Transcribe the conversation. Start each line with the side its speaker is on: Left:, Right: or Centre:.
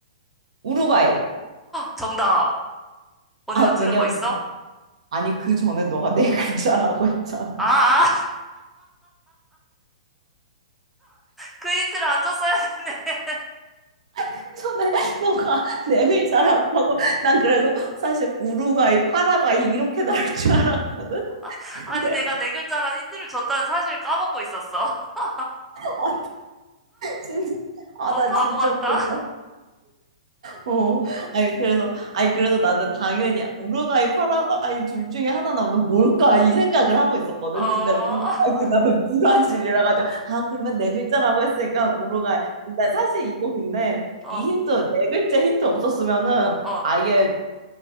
Right: 우루과이.
Centre: 정답! 어디서
Right: 아,
Centre: 들은
Right: 왜냐면,
Centre: 거 있어?
Right: 아니, 그 전에 너가 네 글자라고 했잖아. <laughs>
Centre: 아, 아, 그 힌트를 안 줬어야 했네.
Right: 그 전에 너가 네 글자라고 하고, 난 그래서 사실 우루과이, 파라과이 이렇게 나올 줄 알았거든?
Centre: <laughs> 아니,
Right: 근데,
Centre: 내가 네 글자란 힌트를 줬다는 사실을 까먹고 있었어. <laughs>
Right: 아, 진짜, 아,
Centre: 너무
Right: 나
Centre: 바보
Right: 진짜
Centre: 같다.
Right: 웃겼다. 어, 아니, 그래서, 아니, 그래서 나는 당연히 우루과이, 파라과이 둘 중에 하나 나오면 뭘까? 이 생각을 하고 있었거든.
Centre: 어,
Right: 근데 우루과이
Centre: <laughs>
Right: 그다음에 브라질이라 가지고, 아, 그러면 네 글자라고 했으니까 우루과이. 근데 사실 이거 근데
Centre: 어,
Right: 이 힌트, 네 글자 힌트 없었으면은
Centre: 어,
Right: 아예,